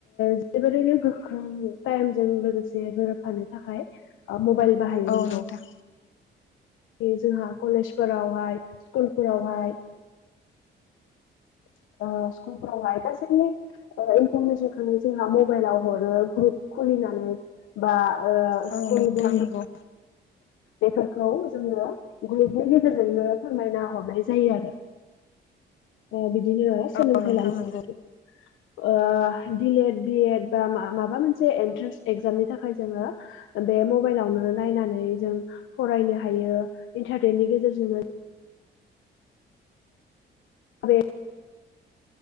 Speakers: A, on the left; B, on the left.
A: जोबोरैनो गोख्रों टाइमजों लोगोसे गोरोबफानो थाखाय मबाइल बाहायो
B: औ
A: नोंगौ
B: नोंथां
A: बे जोंहा कलेजफोरावहाय स्कुलफोरावहाय <unintelligible> ओ सकुल फोराव हाय गासै इनफरमेसनखौनो जोंहा मबाइलाव हरो ग्रुप खुलिनानै बा <unintelligible> ओ
B: औ
A: स्कुल
B: नोंथां
A: बन्द
B: नंगौ
A: बेफोरखौ जोङो ग्रुपनि गेजेरजोंनो फोरमायना हरनाय जायो आरो ओ बिदिनो सोलोंथाइ
B: औ नोंथां
A: लानो
B: नंगौ
A: ओ डिलेट बि एड बा माबा मोनसे एन्ट्रेन्स एक्जामनि थाखाय जोङो बे मबाइलावनो नायनानै जों फरायनो हायो इन्टारनेटनि गेजेरजोंनो <inaudible>